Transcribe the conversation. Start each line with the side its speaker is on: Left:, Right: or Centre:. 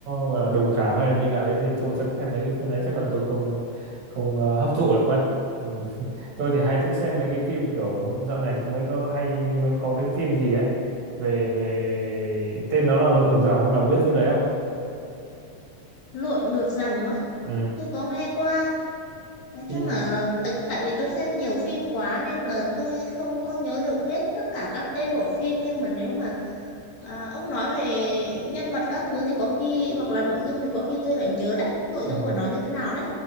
Right: gọi là đồng cảm hay là như nào đấy thì tôi chắc xem mấy cái phim đấy chắc là tôi không không ờ, hấp thụ được mắt ừ. <laughs> tôi thì hay thích xem mấy cái phim kiểu dạo này cũng mới có hay mới có cái phim gì ấy về về tên nó là Lội ngược dòng ấy bà có biết phim đấy không
Left: lội ngược dòng á
Right: ừ
Left: tôi có nghe qua Nói
Right: phim
Left: chung là tại, tại vì tôi xem nhiều phim quá nên là tôi không có nhớ được hết tất cả các tên của phim nhưng mà nếu mà à, ông nói về nhân vật các thứ thì có khi hoặc là nội dung thì có khi tôi lại nhớ đấy, nội
Right: ừ.
Left: dung của nó như thế nào đấy.